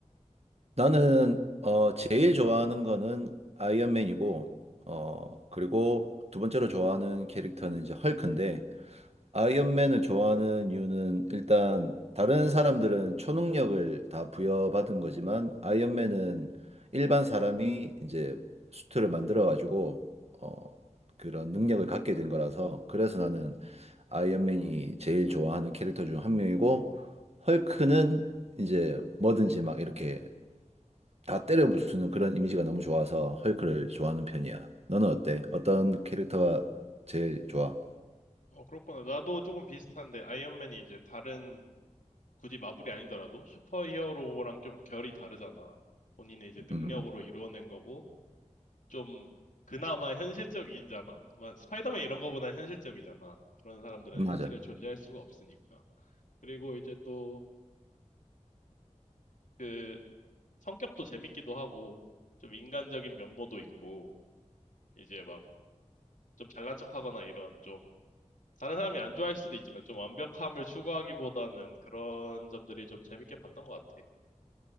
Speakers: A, on the right (about 55°); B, on the left (about 90°).
A: 나는, 어, 제일 좋아하는 거는 아이언맨이고, 어, 그리고 두 번째로 좋아하는 캐릭터는 이제 헐크인데, 아이언맨을 좋아하는 이유는 일단 다른 사람들은 초능력을 다 부여받은 거지만 아이언맨은 일반 사람이 이제 수트를 만들어 가지고 어 그런 능력을 갖게 된 거라서 그래서 나는 아이언맨이 제일 좋아하는 캐릭터 중 한 명이고 헐크는 이제 뭐든지 막 이렇게 다 때려 부수는 그런 이미지가 너무 좋아서 헐크를 좋아하는 편이야. 너는 어때? 어떤 캐릭터가 제일 좋아?
B: 어, 그렇구나. 나도 조금 비슷한데, 아이언맨이 이제 다른 굳이 마블이 아니더라도 슈퍼히어로랑 좀 결이 다르잖아. 본인의 이제 능력으로
A: 음,
B: 이루어낸 거고 좀 그나마 현실적이잖아. 막 스파이더맨 이런 거보다 현실적이잖아. 그런 사람들은
A: 맞아.
B: 현실에 존재할 수가 없으니까. 그리고 이제 또 그 성격도 재밌기도 하고 좀 인간적인 면모도 있고 이제 막 좀 잘난 척하거나 이런 좀 다른 사람이 안 좋아할 수도 있지만 좀 완벽함을 추구하기보다는 그런 점들이 좀 재밌게 봤던 것 같아.